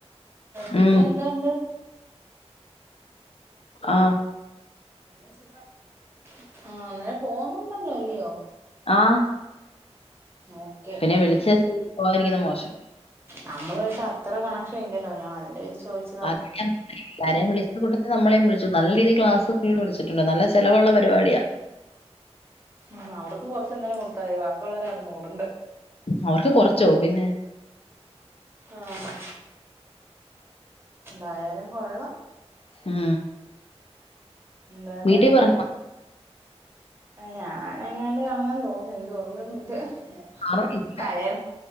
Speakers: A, on the right (about 20°); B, on the left (about 60°).
A: പിന്നെ
B: ഉം
A: എന്തുണ്ട്?
B: ആ
A: ആഹ്. പിന്നെ സുഖം. ആഹ് അന്നേരം പോണം ണല്ലോ അല്ലിയോ.
B: ആ
A: ആഹ് ഓക്കെ
B: പിന്നെ വിളിച്ച പോകാതിരിക്കുന്ന മോശം
A: നമ്മളു ആയ്ട്ട് അത്ര കണക്ഷൻ ഇല്ലല്ലോ ഞാൻ അതിന്റെ പേരി ചോദിച്ച
B: <unintelligible> എല്ലാരെയും വിളിച്ച കൂട്ടത്തി നമ്മളെയും വിളിച്ചു നല്ല രീതിൽ ക്ലാസ് ഫുൾ വിളിച്ച് ട്ട്ണ്ട്. നല്ല ചിലവുള്ള പരിപാടിയാ.
A: ഉം അവർക്ക് കൊറച്ചെന്തേങ്കിലും കൊടുത്താതി. ബാക്കി ഉള്ളവരെടന്ന് ഓട്ണ്ട്.
B: അവർക്ക് കൊറച്ചോ പിന്നെ
A: ആഹ് എന്തായാലും കൊള്ളാ
B: ഉം
A: ഇന്നാന്
B: വീട്ടിൽ പറഞ്ഞു
A: ഞാന എങ്ങാണ്ട് കാണുന്ന തോന്ന്ന്നെ എനിക്ക് ഓർമ്മ <unintelligible>
B: സാറ് ഇല്ലേ?
A: തലേ